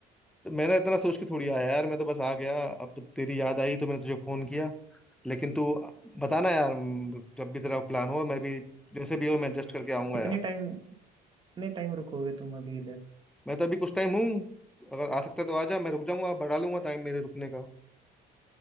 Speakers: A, in the centre; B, on the right.
A: तो मैंने इतना सोच के थोड़ी आया यार मैं तो बस आ गया अब तेरी याद आई तो मैंने तुझे फोन किया लेकिन तू बताना यार म, जब भी तेरा प्लान हो मैं भी जैसे भी हो मैं एडजस्ट करके आऊंगा
B: कितने
A: यार
B: टाइम कितने टाइम रुकोगे तुम अभी इधर
A: मैं तो अभी कुछ टाइम हूँ अगर आ सकता है तो आ जा मैं रुक जाऊंगा बढ़ा लूंगा टाइम मेरे रुकने का